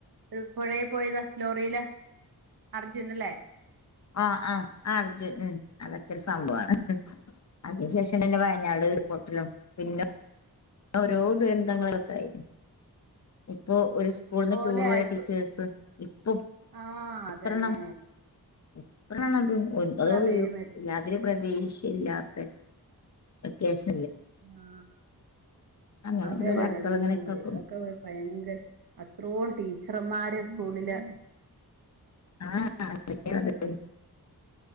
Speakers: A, on the right (about 65°); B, on the left (about 45°).
A: ഒരു പുഴയി പോയത് ലോറിയില് അർജുനല്ലേ
B: ആ ആ അർജുൻ ഉം അതൊക്കെ ഒരു സംഭവാണ് ഉം അതിനു ശേഷം തന്നെ വയനാട് ഉരു പൊട്ടലും പിന്നെ ഓരോ ദുരന്തങ്ങള ഒക്കായായിരുന്നു. ഇപ്പൊ ഒരു സ്കൂളിന്ന്
A: അതുപോലെ
B: ടൂർ പോയ
A: ആയിപ്പോ
B: ടീച്ചേഴ്സ് ഇപ്പം
A: ആഹ്
B: എത്രണ്ണം
A: അതന്നെ
B: എത്രാണത് <unintelligible>
A: എത്ര പേര് മരിച്ചു
B: ദേഷ്യല്ലാത്തെ അത്യാവശ്യ
A: ആ
B: അങ്ങനെ
A: അതെ
B: ഓരോ
A: അതെ
B: വാർത്തകൾ
A: അതെ അയ്യോ <unintelligible>
B: ഇങ്ങനെ കേൾക്കും
A: അതൊക്കെ ഭയങ്കര അത്രോം ടീ ചെറമ്മാര് സ്കൂളില്
B: ആ ആ അതൊക്കെ
A: നഷ്ടമായി
B: അതേ